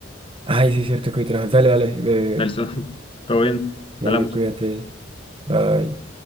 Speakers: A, on the right (about 30°); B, on the left (about 30°).
A: Ay, sí, es cierto que hoy trabajas. Dale, dale, bebé.
B: Dale, listo. <laughs> Todo bien,
A: Dale,
B: hablamos.
A: cuídate. Bye.